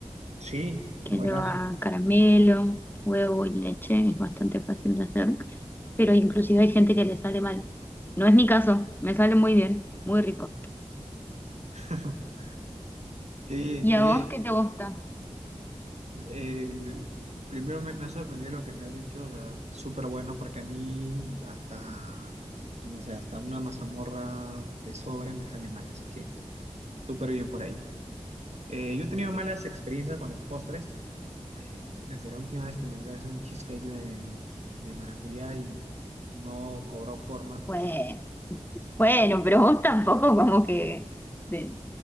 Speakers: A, on the right; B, on the left.
A: Sí,
B: que
A: buenas.
B: lleva caramelo, huevo y leche, es bastante fácil de hacer, pero inclusive hay gente que le sale mal. No es mi caso, me sale muy bien, muy rico.
A: <laughs> Qué
B: ¿Y
A: bien, qué
B: a vos qué te gusta?
A: bien. Eh, primero me, me ha sorprendido lo que me has dicho, o sea, súper bueno, porque a mí hasta, no sé, hasta una mazamorra de sobre me sale mal, así que súper bien por ahí. Eh, yo he tenido malas experiencias con los postres. eh, desde la última vez que intenté hacer un cheesecake de, de maracuyá y no cobró forma.
B: Pues, bueno, pero vos tampoco como que de-